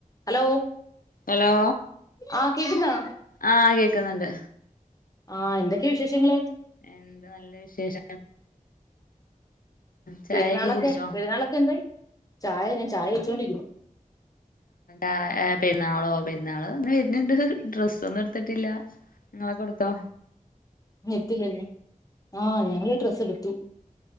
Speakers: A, on the left (about 25°); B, on the left (about 80°).
A: Hello
B: hello
A: ആ കേക്കുന്നോ
B: ആ കേക്കുന്ന്ണ്ട്
A: ആഹഎന്തൊക്കെ വിശേഷങ്ങള്
B: എന്ത് നല്ല വിശേഷ ചായൊക്കെ
A: പെരുന്നാളൊക്കെ
B: കുടിച്ചോ
A: പെരുന്നാളൊക്കെ എന്തായി. ചായ ഞാൻ ചായ വെച്ചോണ്ടിരിക്കുന്നു
B: ആഹ് ഏ പെരുന്നാളോ പെരുന്നാള് ങ്ങനെ വെര്ന്ണ്ട് ഡ്രസ്സൊന്നുട്ത്തിട്ടില്ലാ ഇങ്ങളൊക്കെ എടുത്തോ
A: നെറ്റില്ലല്ലോ ആ ഞങ്ങള് ഡ്രസ്സ് എടുത്തു